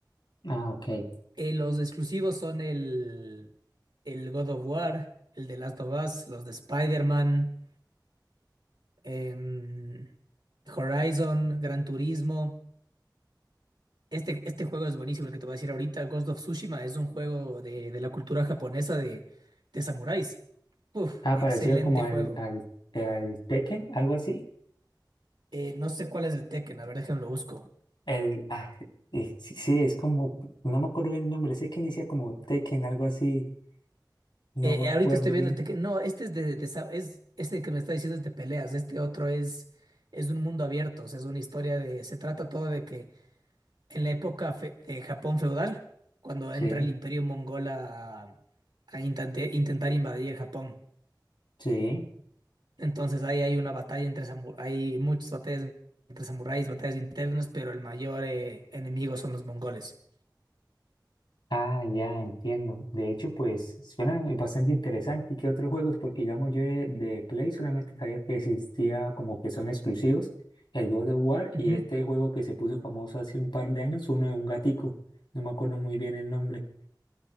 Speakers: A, on the left (about 85°); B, on the right (about 70°).
A: Ah, ok.
B: Eh, los exclusivos son el, el God of War, el de Last of Us, los de Spider-Man. em, Horizon, Gran Turismo. Este, este juego es buenísimo, el que te voy a decir ahorita, Ghost of Tsushima, es un juego de, de la cultura japonesa de, de samuráis. Uf,
A: Ah,
B: excelente
A: parecido como al,
B: juego.
A: al, al Tekken, algo así.
B: Eh, no sé cuál es el Tekken, a ver, déjame lo busco.
A: El, ah, y sí, sí, es como, no me acuerdo bien el nombre, sé que inicia como Tekken, algo así, no
B: Eh,
A: me acuerdo
B: eh, ahorita estoy viendo
A: bien.
B: el Tekken. No, este es de, de sa- es, este que me está diciendo es de peleas, este otro es, es un mundo abierto, o sea, es una historia de, se trata todo de que en la época fe- de Japón feudal, cuando
A: Sí,
B: entra el Imperio mongol a, a intente- intentar invadir Japón.
A: sí.
B: Entonces ahí hay una batalla entre samuráis, hay muchas batallas entre samuráis, batallas internas, pero el mayor eh, enemigo son los mongoles.
A: Ah, ya entiendo. De hecho, pues suena bastante interesante. ¿Y qué otros juegos? Porque digamos, yo de, de Play solamente sabía que existía como que son exclusivos, el God of War y
B: Ujú.
A: este juego que se puso famoso hace un par de años, uno de un gatico, no me acuerdo muy bien el nombre